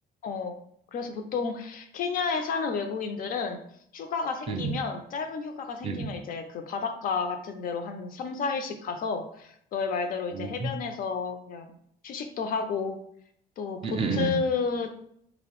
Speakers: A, on the left; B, on the right.
A: 어, 그래서 보통 케냐에 사는 외국인들은 휴가가 생기면,
B: 응,
A: 짧은 휴가가 생기면
B: 응,
A: 이제 그 바닷가 같은 데로 한 3, 4일씩 가서 너의 말대로 이제
B: 음.
A: 해변에서 그냥 휴식도 하고 또 보트,
B: 응, 응,